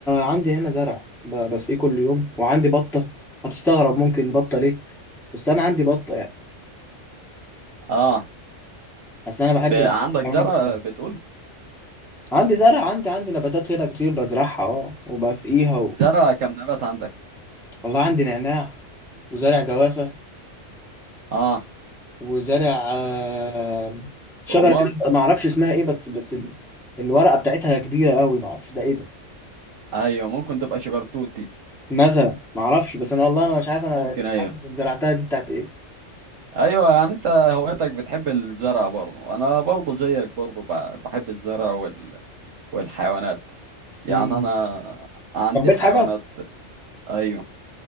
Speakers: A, in the centre; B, on the right.
A: عندي هنا زرع ب- بسقيه كل يوم وعندي بطه هتستغرب ممكن بطه ليه بس انا عندي بطه يعني
B: اه
A: بس انا بحب
B: ب... عندك
A: الحيوانات
B: زرع
A: أوي.
B: بتقول
A: عندي زرع عندي عندي نباتات هنا كتير بزرعها اه وبسقيها و...
B: زرع كم نبات عندك
A: والله عندي نعناع وزارع جوافة
B: اه
A: وزارع آه، شجرة
B: رمان
A: كده ما اعرفش اسمها ايه بس بس ال- الورقة بتاعتها كبيرة قوي ما اعرفش ده ايه ده
B: ايوه ممكن تبقى شجرتوت دي, دي.
A: مثلا ما اعرفش بس انا والله انا مش عارف انا
B: ممكن ايوه
A: مش عارف زرعتها دي بتاعت ايه
B: ايوه يعني انت هوايتك بتحب الزرع برضه انا برضه زيك برضه ب- بحب الزرع وال... والحيوانات يعني
A: امم
B: انا عندي
A: ربيت
B: حيوانات
A: حاجة
B: ايوه